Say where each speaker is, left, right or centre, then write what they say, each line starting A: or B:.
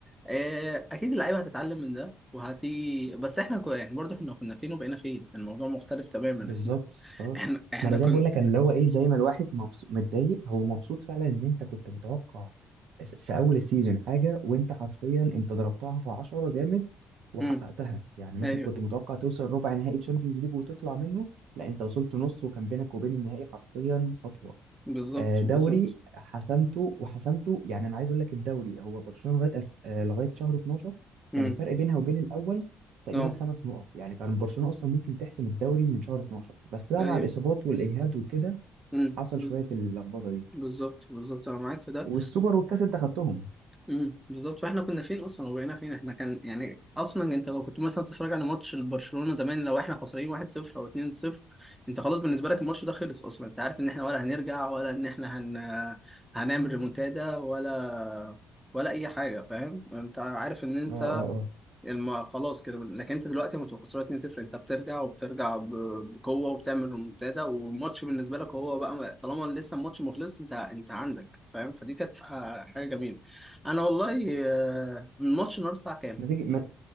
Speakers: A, in the centre; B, on the right.
A: آه، اكيد اللعيبه هتتعلم من ده وهتيجي بس احنا كنا يعني برضه احنا كنا فين وبقينا فين الموضوع مختلف تماما
B: بالظبط
A: احنا
B: اه
A: احنا احنا
B: ما انا زي
A: كنا
B: ما بقول لك انا اللي هو ايه زي ما الواحد مبسوط متضايق هو مبسوط فعلا ان انت كنت متوقع في اول السيزون حاجه وانت حرفيا انت ضربتها في 10 جامد وحققتها
A: امم
B: يعني مثلا
A: ايوه
B: كنت متوقع توصل ربع نهائي تشامبيونز ليج وتطلع منه لا انت وصلت نص وكان بينك وبين النهائي حرفيا خطوه
A: بالظبط
B: آه، دوري
A: بالظبط
B: حسمته وحسمته يعني انا عايز اقول لك الدوري هو برشلونه لغايه الف... آه، لغايه شهر 12
A: امم
B: كان الفرق بينها وبين الاول تقريبا
A: اه
B: خمس نقط يعني كان برشلونه اصلا ممكن تحسم الدوري من شهر 12 بس بقى
A: ايوه
B: مع الاصابات والاجهاد وكده
A: امم
B: حصل
A: بز-
B: شويه اللخبطه دي
A: بالظبط بالظبط انا معاك في ده
B: والسوبر والكاس انت خدتهم
A: امم بالظبط فاحنا كنا فين اصلا وبقينا فين احنا كان يعني اصلا انت لو كنت مثلا بتتفرج على ماتش برشلونة زمان لو احنا خسرانين 1-0 او 2-0 انت خلاص بالنسبه لك الماتش ده خلص اصلا انت عارف ان احنا ولا هنرجع ولا ان احنا هن... هنعمل ريمونتادا ولا ولا اي حاجه فاهم انت عارف ان انت
B: اه اه اه
A: الم... خلاص كده لكن انت دلوقتي لما تبقى خسران 2-0 انت بترجع وبترجع ب... بقوه وبتعمل ريمونتادا والماتش بالنسبه لك هو بقى م- طالما لسه الماتش مخلص انت انت عندك فاهم فدي كانت ح- حاجه جميله انا والله آه، الماتش النهارده الساعه كام؟
B: ما تيجي ما,